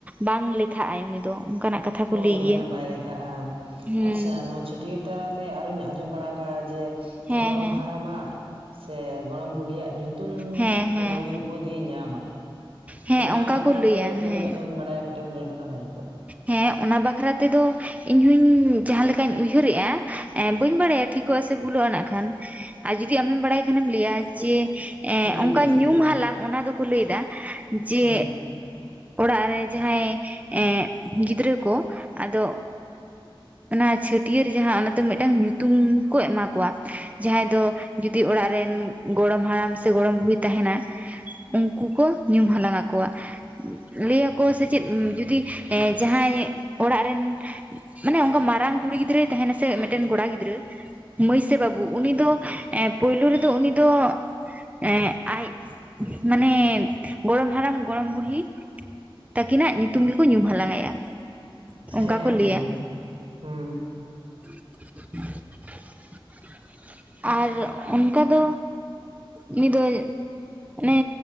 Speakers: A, on the right; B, on the right.
A: ᱵᱟᱝ ᱞᱮᱠᱷᱟᱜ ᱟᱭ ᱩᱱᱤ ᱫᱚ ᱚᱱᱠᱟᱱᱟᱜ ᱠᱟᱛᱷᱟ
B: ᱦᱳᱭ
A: ᱠᱚ ᱞᱟᱹᱭ ᱜᱮᱭᱟ
B: ᱢᱟᱱᱮ ᱵᱟᱭ ᱞᱮᱠᱷᱟᱜᱼᱟ ᱾
A: ᱦᱩᱸ
B: ᱟᱪᱪᱷᱟ, ᱱᱚᱣᱟ ᱪᱷᱟᱹᱴ ᱴᱭᱟᱹᱨ ᱛᱟᱞᱟᱛᱮ ᱟᱨᱚᱧ ᱟᱸᱡᱚᱢ ᱵᱟᱲᱟ ᱠᱟᱜᱼᱟ ᱡᱮ
A: ᱦᱮᱸ
B: ᱜᱚᱲᱚᱢ
A: ᱦᱮᱸ
B: ᱦᱟᱲᱟᱢᱟᱜ ᱥᱮ ᱜᱚᱲᱚᱢ ᱵᱩᱰᱷᱤᱭᱟᱜ ᱧᱩᱛᱩᱢ
A: ᱦᱮᱸ ᱦᱮᱸ
B: ᱢᱟᱱᱮ ᱩᱱᱤ ᱩᱯᱟᱹᱫᱷᱤᱭᱮ ᱧᱟᱢᱟ᱾
A: ᱦᱮᱸ
B: ᱱᱚᱣᱟ
A: ᱚᱱᱠᱟ
B: ᱵᱟᱠᱷᱨᱟᱛᱮ
A: ᱠᱚ ᱞᱟᱹᱭᱟ
B: ᱛᱤᱱᱟᱹᱜ
A: ᱦᱮᱸ
B: ᱮᱢ ᱵᱟᱲᱟᱭᱟ ᱠᱟᱹᱴᱤᱡ ᱮᱢ ᱞᱟᱹᱭ ᱞᱮᱠᱷᱟᱱ ᱵᱷᱟᱜᱤ ᱠᱚᱜᱼᱟ?
A: ᱦᱮᱸ ᱚᱱᱟ ᱵᱟᱠᱷᱨᱟ ᱛᱮᱫᱚ ᱤᱧ ᱦᱩᱧ ᱡᱟᱦᱟᱸ ᱞᱮᱠᱟᱧ ᱩᱭᱦᱟᱹᱨᱮᱜᱼᱟ᱾ ᱮ ᱵᱟᱹᱧ ᱵᱟᱲᱟᱭᱟ ᱴᱷᱤᱠᱚᱜ ᱟ ᱥᱮ ᱵᱷᱩᱞᱟᱹᱜᱼᱟ ᱱᱟᱜ ᱠᱷᱟᱱ ᱟᱨ ᱡᱩᱫᱤ ᱟᱢᱮᱢ ᱵᱟᱲᱟᱭ ᱠᱷᱟᱱᱮᱢ ᱞᱟᱹᱭᱟ ᱡᱮ
B: ᱴᱷᱤᱠ
A: ᱮᱸ ᱚᱱᱠᱟ
B: ᱟᱪᱷᱮ
A: ᱧᱩᱢ
B: ᱴᱷᱤᱠ ᱟᱪᱷᱮ
A: ᱦᱟᱞᱟᱝ ᱚᱱᱟ ᱫᱚᱠᱚ ᱞᱟᱹᱭ ᱮᱫᱟ ᱡᱮ
B: ᱦᱩᱸ
A: ᱚᱲᱟᱜ ᱨᱮ ᱡᱟᱦᱟᱸᱭ ᱮᱸ ᱜᱤᱫᱽᱨᱟᱹ ᱠᱚ ᱟᱫᱚ ᱚᱱᱟ ᱪᱷᱟᱹᱴᱭᱟᱹᱨ ᱡᱟᱦᱟᱸ ᱚᱱᱟᱛᱮ ᱢᱤᱫᱴᱟᱝ ᱧᱩᱛᱩᱢ ᱠᱚ ᱮᱢᱟ ᱠᱚᱣᱟ ᱡᱟᱦᱟᱸᱭ ᱫᱚ ᱡᱩᱫᱤ ᱚᱲᱟᱜ ᱨᱮᱱ ᱜᱚᱲᱚᱢ ᱦᱟᱲᱟᱢ ᱥᱮ ᱜᱚᱲᱚᱢ ᱵᱩᱲᱦᱤ ᱛᱟᱦᱮᱱᱟ, ᱩᱱᱠᱩ ᱠᱚ ᱧᱩᱢ ᱦᱟᱞᱟᱝ ᱟᱠᱚᱣᱟ᱾ ᱞᱟᱹᱭᱟ ᱠᱚ ᱥᱮ ᱪᱮᱫ ᱡᱚᱫᱤ ᱡᱟᱦᱟᱸᱭ ᱚᱲᱟᱜ ᱨᱮᱱ ᱢᱟᱱᱮ ᱚᱱᱠᱟ ᱢᱟᱨᱟᱝ ᱠᱩᱲᱤ ᱜᱤᱫᱽᱨᱟᱹᱭ ᱛᱟᱦᱮᱱᱟ ᱥᱮ ᱢᱤᱫᱴᱮᱱ ᱠᱚᱲᱟ ᱜᱤᱫᱽᱨᱟᱹ ᱢᱟᱹᱭ ᱥᱮ ᱵᱟᱹᱵᱩ ᱩᱱᱤ ᱫᱚ ᱮᱸ ᱯᱳᱭᱞᱳ ᱨᱮᱫᱚ ᱩᱱᱤ ᱫᱚ ᱮᱸ ᱟᱡ ᱢᱟᱱᱮ ᱜᱚᱲᱚᱢ ᱦᱟᱲᱟᱢ ᱜᱚᱲᱚᱢ ᱵᱩᱲᱦᱤ ᱛᱟᱹᱠᱤᱱᱟᱜ ᱧᱩᱛᱩᱢ ᱜᱮᱠᱚ ᱧᱩᱢ ᱦᱟᱞᱟᱝ ᱟᱭᱟ᱾ ᱚᱱᱠᱟ
B: ᱦᱮᱸ
A: ᱠᱚ ᱞᱟᱹᱭᱟ
B: ᱦᱮᱸ ᱦᱮᱸ ᱦᱩᱸ
A: <inaudible> ᱟᱨ ᱚᱱᱠᱟ ᱫᱚ ᱩᱱᱤ ᱫᱚ ᱢᱟᱱᱮ